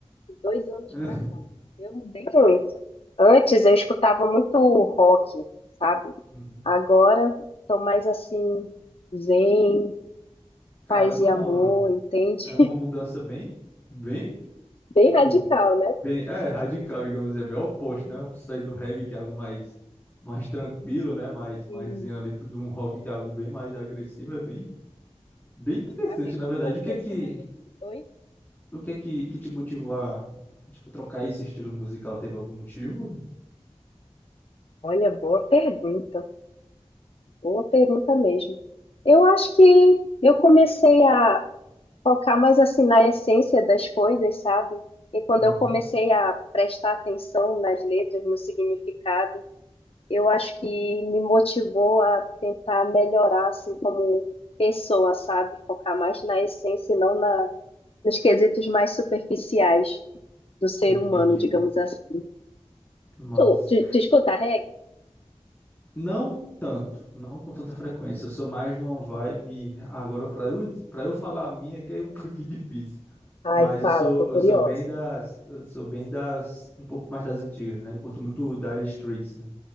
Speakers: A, on the left; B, on the left.
A: de dois anos
B: <laughs>
A: pra cá. Eu mudei muito. Antes eu escutava muito rock, sabe?
B: Uhum.
A: Agora tô mais assim, zen,
B: Caramba,
A: paz e
B: é uma,
A: amor, entende?
B: é uma mudança bem, bem,
A: <laughs> Bem
B: tipo,
A: radical, né?
B: Bem, é radical, digamos assim, é bem oposto, né? Eu preciso sair do reggae, que é algo mais, mais tranquilo, né? Mais, mais
A: Hum,
B: ali pro- de um rock que é algo bem mais agressivo, é bem, bem interessante,
A: pra ver
B: na
A: como
B: verdade.
A: que é a personalidade.
B: O que é que,
A: Oi?
B: o que é que, que te motivou a, tipo, trocar esse estilo musical? Teve algum motivo?
A: Olha, boa pergunta, boa pergunta mesmo. Eu acho que eu comecei a focar mais assim na essência das coisas, sabe? E quando
B: Aham,
A: eu comecei a prestar atenção nas letras, no significado, eu acho que me motivou a tentar melhorar assim como pessoa, sabe? Focar mais na essência e não na, nos quesitos mais superficiais do ser
B: Entendi.
A: humano, digamos assim.
B: Massa.
A: Tu, tu, tu escuta reggae?
B: Não tanto, não com tanta frequência. Eu sou mais de uma vibe. Agora, para eu, para eu falar a minha, que é um <laughs> pouquinho difícil.
A: Ai,
B: Mas
A: fala,
B: eu sou,
A: tô curiosa.
B: eu sou bem das, eu sou bem das, um pouco mais das antigas, né? Eu curto muito Dire Straits, né?